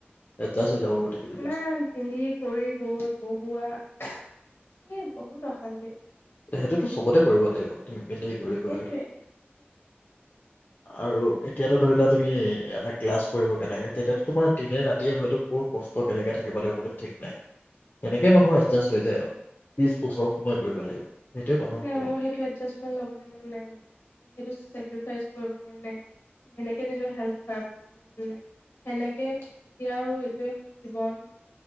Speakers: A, on the left; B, on the left.
A: এডজাষ্ট হৈ যাব গোটেইখিনি
B: ইমান
A: বস্তু
B: পিন্ধি কৰি গৈ পঢ়োৱা এ বহুত অশান্তি
A: সেইটোতো চবতে কৰিব লাগিব তুমি মেলি কৰিব
B: সেইটোৱে
A: হয়
B: সেইটোৱে প্ৰব্লেম।
A: আৰু এতিয়াতো ধৰি লোৱা তুমি এটা ক্লাছ কৰিব লাগে তেতিয়াতো তোমাৰ দিনে ৰাতিয়ে হয়তো কৰ কষ্ট কেনেকে থাকিব লাগিব কোনো ঠিক নাই সেনেকে নহয় এডজাষ্ট হৈ যায় আৰু ত্ৰিছ বছৰ সময় কৰিব লাগিব। সেইটোৱে মানুহক
B: এই
A: সময়
B: মোৰ সেইতো এডজাষ্ট লবলে মন নাই মোৰ ৰিভাইচ পঢ়িব মন নাই সেনেকে নিজৰ হেলখাৰাব কৰিব মন নাই সেনেকে এতিয়া আৰু এইটোৱে জীৱন।